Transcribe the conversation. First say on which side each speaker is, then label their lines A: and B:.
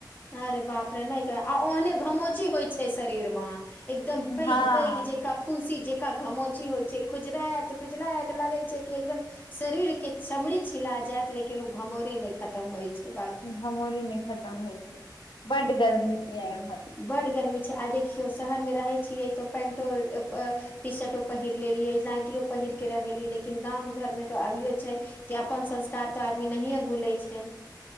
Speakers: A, on the left; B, on the left.
A: अरे बाप रे नय गे आ ओहने घमोची होइ छै शरीर मऽ एकदम पैघ
B: हँ
A: पैघ जेका फुंसी जेका घमोची होइ छै खुजराइत खुजलाइत लगै छै कि एकदम शरीर केँ चमड़ी छिला जैत लेकिन ओ घमौरी नय खतम होइत छै बाप
B: घमोरी नय खतम होइ छै बड्ड गर्मी य एमहर
A: बड्ड गर्मी छै आ देखियो शहर मे रहै छियै तो पेन्टो <unintelligible> टी शर्टो पहिर लेलियै नाइटियो पहिर केँ रह गेलियै लेकिन गाम घरमे तऽ अभियो छै कि अपन संस्कार तऽ आदमी नहिए भूलै छै